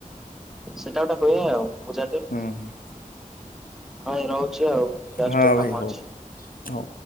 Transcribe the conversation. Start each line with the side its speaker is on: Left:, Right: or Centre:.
Centre: ସେଟା ଗୋଟେ ହୁଏ ଆଉ ପୂଜାଟେ।
Left: ହୁଁ ହୁଁ
Centre: ଆଉ ଭାଇ ରହୁଚି ଆଉ, ଯାଉଚି
Left: ହଁ
Centre: ଟିକେ
Left: ଭାଇ
Centre: କାମ
Left: ହଉ
Centre: ଅଛି।
Left: ହଉ।